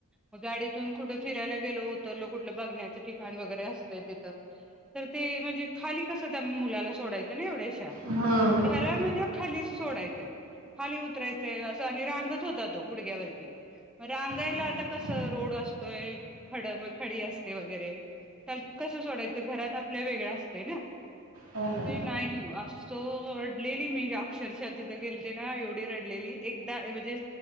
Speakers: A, in the centre; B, on the right.
A: म गाडीतून कुठ फिरायला गेलो उतरल कुठल बघण्याच ठिकाण वगैरे असतय तिथ ह <unintelligible> ते म्हणजे खाली कस त्या मुलाला सोडायच ना एवढ्या
B: हा
A: ह्याला म्हणजे खालीच सोडायचय खाली उतरायचय अस आणि रांगत होता तो गुडग्यावरती रांगायला
B: हा
A: आता कस रोड असतोय खड्यावर खडी अस ते वगैरे त्या कस सोडायच घरात आप वेगळ असतय ना
B: हो ना
A: ते नाही अस रडलेली मी अक्षरशः तिथ गेलते ना एवढी रडलेली एकदा म्हणजे